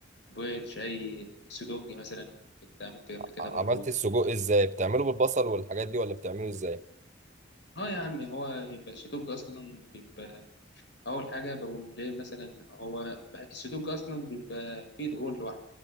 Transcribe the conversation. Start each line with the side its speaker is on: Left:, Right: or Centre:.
Left: بيض شاي سودوج مثلا كنت عملت قبل كده
Right: ع-
Left: برضو
Right: عملت السجق ازاي بتعمله بالبصل والحاجات دي ولا بتعمله ازاي
Left: اه يا عم هو بيبقى السودوج اصلا بيبقى اول حاجه بقوم جايب مثلا هو بقى السدوج اصلا بيبقى فيه دهون لوحده